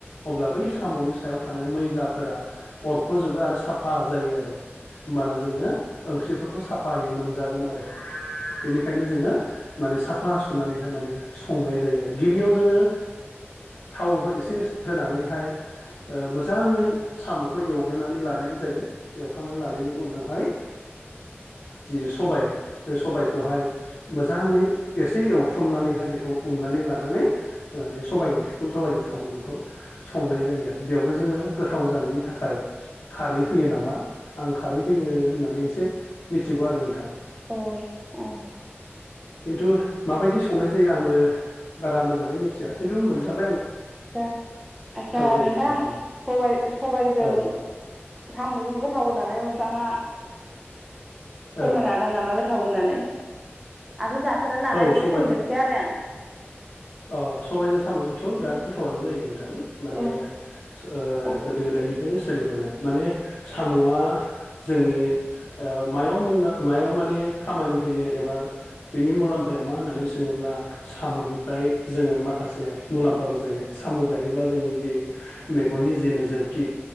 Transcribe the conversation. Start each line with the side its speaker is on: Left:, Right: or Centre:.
Left: अब्ला बै साम'नि सायाव थानाय मैलाफोरा अरख'जोबो आरो साफा जायो आरो होमबाना जोङो ओंख्रिफोरखौ साफायै मोनजागोन आरो बेनिखायनो जोङो माने साफा सुनानै माने संनाय जायो आरो गिबियाव जोङो थाव एसे होनानैहाय मोजाङै साम'खौ एवग्रोनानै लानाय जायो एवखांनानै लानायनि उनावहाय जि सबाय बे सबायखौहाय मोजाङै एसे एव थ्रमनानैहाय बेखौ उननानै लानानैान सबाइ ओंख्रिखौ सबजों साम'जोंखौ संनाय जायो जायो आरो बेयावबो जोङो गोथाव जानायनि थाखाय खारै होयो नामा आं खारै होयो होननानै एसे मिथिगौ आरो नोंथां
Centre: औ
Left: खिन्थु माबायदि संनाय जायो आंबो बारा मोजाङै मिथिया खिन्थु मोनजाब
Centre: आदसा आस्सा
Left: जायो
Centre: नोंथां
Left: आरो माने
Centre: सबाय सबायजों
Left: औ
Centre: साम'जों गोथाव होन्नानै नोंथाङा फोरमायनो
Left: औ
Centre: हागोन नामा गोथाव होननानै आगोल जाथारा नालाय
Left: औ
Centre: माने
Left: सबाय
Centre: सोंदोंसै आरो आं
Left: अ सबायाइजों साम'जोंथ' बिराद गोथावनो जायो नों थां माने
Centre: औ
Left: सो ओ
Centre: औ
Left: गोदो गोदायनिफरायनो सोलिबोनाय माने साम'आ जोंनि ओ मायाव मायाव माने खामानि होयो एबा बिनि मुलाम्फाया मा होननानै सोङोब्ला साम'नि फ्रामाय जोङो माखासे मुलाम्फाबो जायो साम' जायोब्ला जोंनि जि मेगननि जि नोजोरथि